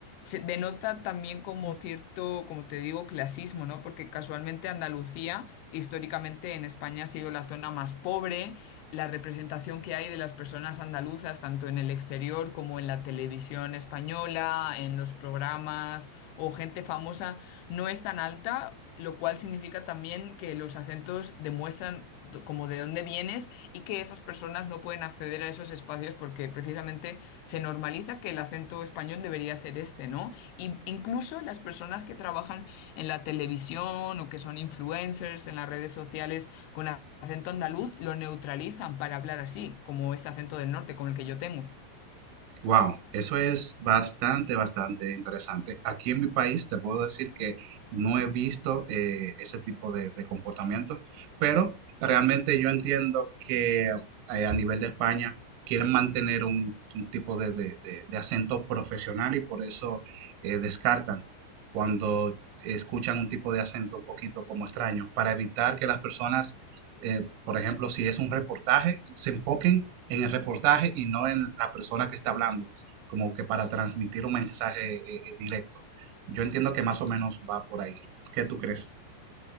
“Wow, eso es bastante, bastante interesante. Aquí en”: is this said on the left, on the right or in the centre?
Right